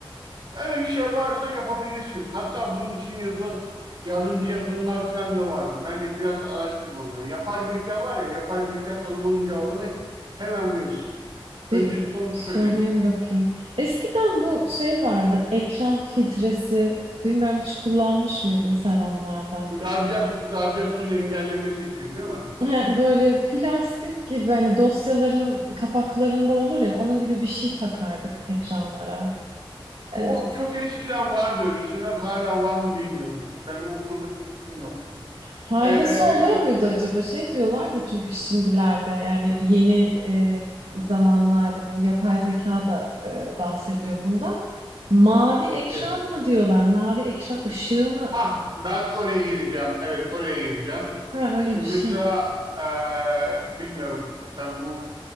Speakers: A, on the right; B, on the right.
A: Öyle bir şey varsa yapabilirsin. Hatta bunun için yazı, yardımcı yazılımlar falan da vardır. Bence biraz araştır bunları. Yapay zeka var ya, yapay zeka sana bunun cevabını hemen verir. Öncelikle
B: Bir
A: onu
B: sorayım
A: söyleyeyim.
B: bakayım. Eskiden bu şey vardı, ekran filtresi. Bilmiyorum hiç kullanmış mıydın sen onlardan?
A: Radyasyon, radyasyon engellemesi için değil mi?
B: <laughs> Böyle plastik gibi hani dosyaların kapaklarında olur ya onun gibi bir şey takardık ekranlara.
A: O
B: Ee,
A: çok eskiden vardı öyle şeyler. Hala var mı bilmiyorum. Benim o konuda bir fikrim yok.
B: faydası
A: Ee,
B: oluyor muydu acaba? Şey diyorlardı çünkü şimdilerde yani yeni e, zamanlarda bu yapay zeka da e, bahsediyor bundan. Mavi ekran
A: evet.
B: mı diyorlar? Mavi ekran ışığı mı?
A: Ha, ben oraya geleceğim. Evet, oraya geleceğim.
B: Ha, öyle
A: Şimdi
B: bir şey.
A: mesela ee, bilmiyorum. Tabii bu